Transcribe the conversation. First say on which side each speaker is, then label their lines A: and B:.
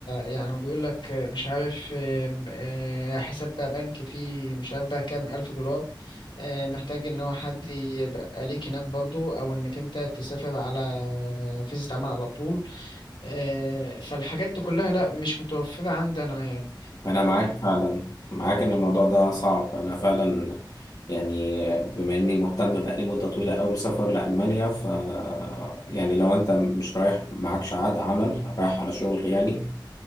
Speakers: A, on the left; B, on the left.
A: يعني وبيقول لك مش عارف آم، آه، حساب بقى بنكي فيه مش عارف بقى كام الف دولار آه، محتاج ان هو حد يبقى ليك هناك برضو او انك انت تسافر على فيزا عمل على طول آه، فالحاجات دي كلها لا مش متوفرة عندنا يعني
B: أنا معاك فعلا معاك إن الموضوع ده صعب أنا فعلا يعني بما إني مهتم بقالي مدة طويلة أوي سفر لألمانيا ف يعني لو أنت مش رايح معكش عقد عمل رايح على شغل يعني